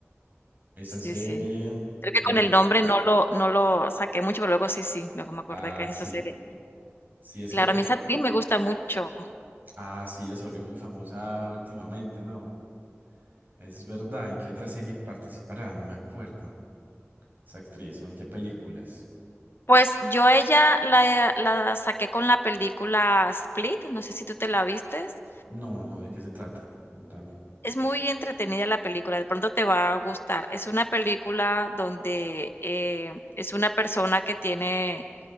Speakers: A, on the right; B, on the left.
A: esa
B: Sí,
A: serie.
B: sí. Creo que
A: Eh,
B: con el nombre no lo, no lo saqué mucho, pero luego sí, sí, luego me acordé
A: ah,
B: que es
A: sí,
B: esa serie.
A: sí, es
B: Claro,
A: que,
B: a mí esa actriz me gusta mucho.
A: ah, sí, ella se volvió muy famosa últimamente, ¿no? Es verdad, ¿en qué otra serie participará? No me acuerdo. Esa actriz, o en qué películas.
B: Pues yo a ella la, la saqué con la película Split, no sé si tú te la vistes.
A: No, no, ¿de qué se trata? Contame.
B: Es muy entretenida la película, de pronto te va a gustar. Es una película donde eh, es una persona que tiene